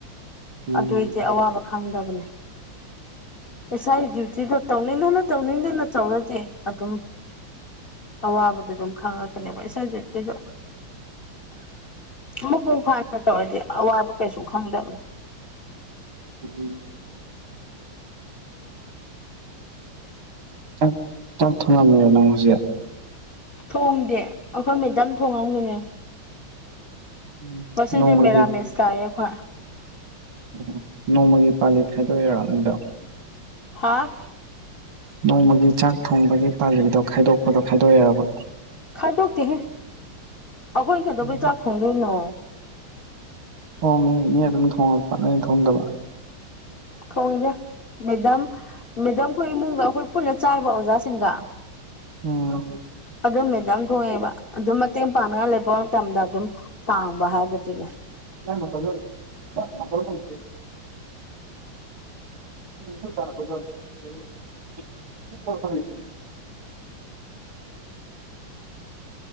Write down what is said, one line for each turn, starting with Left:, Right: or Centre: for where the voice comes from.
Right: ꯎꯝ
Left: ꯑꯗꯨꯏꯗꯤ ꯑꯋꯥꯕ ꯈꯪꯗꯕꯅꯦ ꯏꯁꯥꯒꯤ ꯗ꯭ꯌꯨꯇꯤꯗꯣ ꯇꯧꯅꯤꯡꯗꯅ ꯇꯧꯅꯤꯡꯗꯅ ꯇꯧꯔꯗꯤ ꯑꯗꯨꯝ ꯑꯋꯥꯕꯗꯨ ꯑꯗꯨꯝ ꯈꯡꯉꯛꯀꯅꯦꯕ ꯏꯁꯥꯒꯤ ꯅꯤꯕ ꯃꯄꯨꯡ ꯐꯥꯅ ꯇꯧꯔꯗꯤ ꯑꯋꯥꯕ ꯀꯩꯁꯨ ꯈꯪꯗꯕꯅꯤ
Right: <unintelligible> ꯆꯥꯛ ꯆꯥꯛ ꯊꯣꯡꯉꯥꯝꯃꯤꯔ ꯅꯪ ꯍꯧꯖꯤꯛ
Left: ꯊꯣꯡꯗꯦ ꯑꯩꯈꯣꯏ ꯃꯦꯗꯝ ꯊꯣꯡꯉꯝꯒꯅꯦ
Right: ꯎꯝ
Left: ꯉꯁꯤꯗꯤ
Right: ꯅꯣꯡꯃꯒꯤ
Left: ꯃꯦꯔꯥꯃꯦꯁ ꯇꯥꯏꯌꯦ ꯑꯩꯈꯣꯏ
Right: ꯑꯣ ꯅꯣꯡꯃꯒꯤ ꯄꯥꯂꯤꯠ ꯈꯥꯏꯗꯣꯛꯏꯔꯣ ꯅꯣꯏꯗꯣ
Left: ꯍꯥꯥ
Right: ꯅꯣꯡꯃꯒꯤ ꯆꯥꯛ ꯊꯣꯡꯕꯒꯤ ꯇꯥꯂꯤꯗꯣ ꯈꯥꯏꯗꯣꯛꯄꯗꯣ ꯈꯥꯏꯗꯣꯛꯏꯔꯕ
Left: ꯈꯥꯏꯗꯣꯛꯇꯦꯍꯦ ꯑꯩꯈꯣꯏ ꯀꯩꯗꯧꯕꯩ
Right: ꯎꯝ
Left: ꯆꯥꯛ ꯊꯣꯡꯗꯣꯏꯅꯣ
Right: ꯑꯣ ꯃꯤꯅ ꯃꯤꯅ ꯑꯗꯨꯝ ꯊꯣꯡꯉꯛꯄ ꯅꯣꯏ ꯊꯣꯡꯗꯕ
Left: ꯊꯣꯡꯗꯦ ꯃꯦꯗꯝ ꯃꯦꯗꯝꯈꯣꯏ ꯏꯃꯨꯡꯒ ꯑꯩꯈꯣꯏ ꯄꯨꯟꯅ ꯆꯥꯌꯦꯕ ꯑꯣꯖꯥꯁꯤꯡꯒ
Right: ꯎꯝ
Left: ꯑꯗꯨꯝ ꯃꯦꯗꯥꯝ ꯊꯣꯡꯉꯛꯑꯦꯕ ꯑꯗꯨꯝ ꯃꯇꯦꯡ ꯄꯥꯡꯅꯤꯡꯉꯥꯂꯩꯕ ꯃꯇꯝꯗ ꯑꯗꯨꯝ ꯄꯥꯡꯕ ꯍꯥꯏꯕꯗꯨꯅꯦ
Right: ꯅꯪ ꯃꯇꯧꯗꯨꯗ ꯃꯇꫭꯝ ꯊꯥꯝꯕꯁꯦ <unintelligible> <unintelligible>